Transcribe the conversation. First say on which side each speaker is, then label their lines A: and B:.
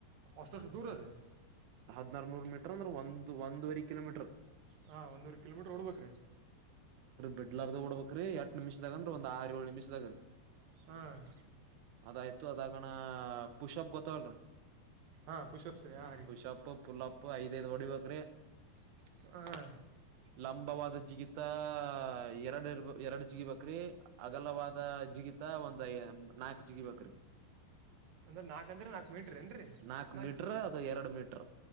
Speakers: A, on the right; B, on the right.
A: ಅಷ್ಟಷ್ಟ ದೂರ ರ
B: ಹದರ್ನೂರ್ ಮೀಟರ್ ಅಂದ್ರೆ ಒಂದು ಒಂದುವರೆ ಕಿಲೋಮೀಟರ್
A: ಹಾಂ ಒಂದೂವರೆ ಕಿಲೋಮೀಟ್ರ್ ಹೊಡ್ಬೇಕು ರೀ
B: ಬಿಡ್ಲಾರ್ಾರ ೋಡ್ಬಬೇಕ್ರೀ ಎಟ್ ನಿಮಿದ ಅನ್ರಿ ಒಂದ ಆರು ಏು ನಿಮಿದ ರರಿ
A: ಹ್ಮ್
B: ಅದಾಯ್ತು ಅದಾಗಣ ಪುಷಪ್ ಗೊತ್ತವಲ್ರಿ
A: ಹಾಂ ಪುಷಪ್ಸ್ ರೀ ಹಾಂ ರೀ
B: ಪುಷಪ್ಪು ಪುಲ್ಲಪ್ಪು ಐದೈದು ಹೊಡಿಬೇಕೇಕ್ರಿ
A: ಹ
B: ಲಂಬವಾದ ಜಿಗಿಿತಾ ಎರಡು ಇರ್ ಎರಡ್ ಜಿಗಿ ಬಕ್ರಿ ಅಗಲವಾದ ಜಿಗಿತಾ ಒಂದ್ಯ ನಾಕ್ ಜಿಗಿ ಬ್ರಿ
A: ಅಂದ್ರೆ ನಾಲ್ಕು ಅಂದ್ರೆ ನಾಲ್ಕು ಮೀಟ್ರ ಏನು ರೀ
B: ನಾಕ್
A: ನಾಲ್ಕು
B: ಮೀಟ್ರ ಅದು ಎರಡ್ ಮೀಟ್ರ